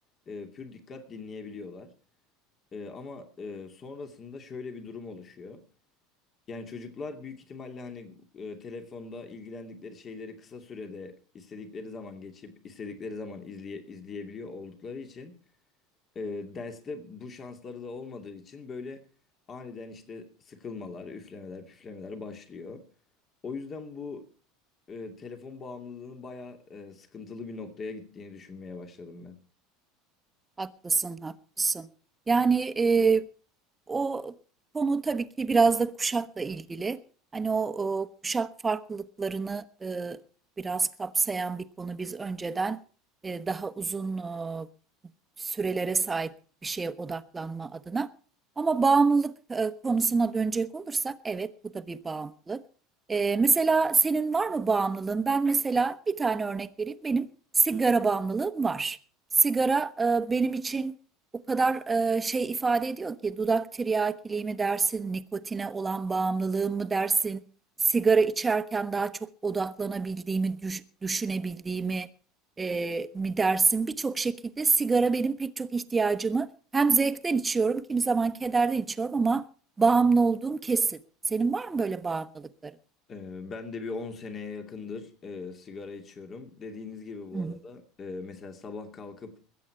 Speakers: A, on the left (about 35°); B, on the right (about 20°).
A: e, pür dikkat dinleyebiliyorlar. E, ama e, sonrasında şöyle bir durum oluşuyor. Yani çocuklar büyük ihtimalle hani e, telefonda ilgilendikleri şeyleri kısa sürede istedikleri zaman geçip istedikleri zaman izleye, izleyebiliyor oldukları için e, derste bu şansları da olmadığı için böyle aniden işte sıkılmalar, üflemeler, püflemeler başlıyor. O yüzden bu e, telefon bağımlılığının bayağı e, sıkıntılı bir noktaya gittiğini düşünmeye başladım ben.
B: Haklısın, haklısın. Yani e, o konu tabii ki biraz da kuşakla ilgili. Hani o, o kuşak farklılıklarını e, biraz kapsayan bir konu. Biz önceden e, daha uzun e, sürelere sahip bir şeye odaklanma adına. Ama bağımlılık e, konusuna dönecek olursak evet bu da bir bağımlılık. E, mesela senin var mı bağımlılığın? Ben mesela bir tane örnek vereyim. Benim sigara bağımlılığım var sigara e, benim için o kadar e, şey ifade ediyor ki dudak tiryakiliği mi dersin, nikotine olan bağımlılığım mı dersin, sigara içerken daha çok odaklanabildiğimi, düş- düşünebildiğimi e, mi dersin? Birçok şekilde sigara benim pek çok ihtiyacımı hem zevkten içiyorum, kimi zaman kederden içiyorum ama bağımlı olduğum kesin. Senin var mı böyle bağımlılıkların?
A: E, ben de bir 10 seneye yakındır e, sigara içiyorum. Dediğiniz gibi bu
B: Hı hı.
A: arada e, mesela sabah kalkıp